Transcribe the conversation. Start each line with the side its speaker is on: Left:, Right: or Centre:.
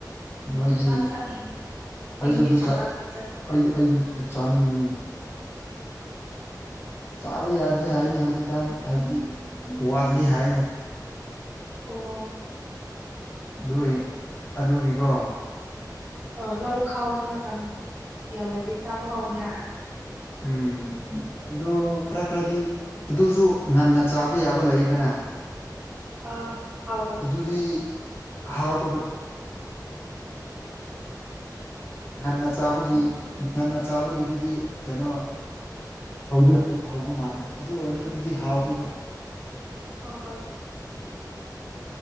Left: ꯅꯣꯏꯗꯤ
Right: ꯆꯨꯖꯥꯛ ꯆꯥꯅꯤꯡꯉꯦ ꯆꯤꯡꯒꯤ
Left: ꯑꯩꯁꯨ ꯑꯗꯨ
Right: ꯆꯨꯖꯥꯛꯇꯨ
Left: ꯆꯥ
Right: ꯆꯥꯅꯤꯡꯉꯦ
Left: ꯑꯩꯗꯤ ꯑꯩꯗꯤ ꯖꯨꯠꯆꯥꯅꯤꯡꯕꯅꯤꯅꯦ ꯆꯥꯕ ꯌꯥꯗ꯭ꯔꯤ ꯍꯥꯏꯌꯦꯅꯦ ꯍꯧꯖꯤꯛꯀꯥꯟ ꯍꯥꯏꯕꯗꯤ ꯋꯥꯠꯂꯤ ꯍꯥꯏꯌꯦꯅꯦ꯫
Right: ꯑꯣ
Left: ꯑꯗꯨꯏ ꯑꯗꯨꯒꯤꯀꯣ
Right: ꯑꯧ ꯂꯧ ꯈꯥꯎꯕ ꯃꯇꯝ ꯌꯧꯔꯗꯤ ꯆꯥꯕ ꯍꯧꯕ ꯌꯥꯔꯦ
Left: ꯎꯝ ꯑꯠ ꯑꯗꯨ ꯈꯔ ꯈꯔꯗꯤ ꯑꯗꯨꯁꯨ ꯉꯟꯅ ꯆꯥꯕ ꯌꯥꯕ ꯂꯩꯗꯅ
Right: ꯑꯥ ꯍꯥꯎꯗꯞ
Left: ꯑꯗꯨꯗꯤ ꯍꯥꯎꯇꯕꯠ ꯉꯟꯅ ꯆꯥꯕꯒꯤ ꯉꯟꯅ ꯆꯥꯕꯒꯤꯗꯨꯗꯤ ꯀꯩꯅꯣ ꯍꯥꯎꯗꯦꯌꯥ ꯗꯨꯠ ꯍꯥꯎꯕ ꯃꯥꯜꯂꯦ ꯑꯗꯨ ꯑꯣꯏꯔꯖꯨ ꯑꯗꯨꯗꯤ ꯍꯥꯎꯇꯦꯕ
Right: ꯍꯣ ꯍꯣꯏꯠ